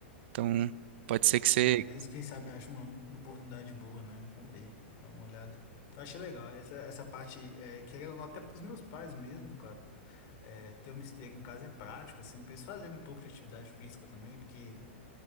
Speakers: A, on the right; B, on the left.
A: Então, pode ser que você.
B: É, às vezes, quem sabe, acha uma, uma oportunidade boa, né? Vamos ver, dá uma olhada. Eu achei legal, essa, essa parte, é, querendo ou não, até pros meus pais mesmo, cara, é, ter uma esteira em casa é prático, assim, pra eles fazerem um pouco de atividade física também, porque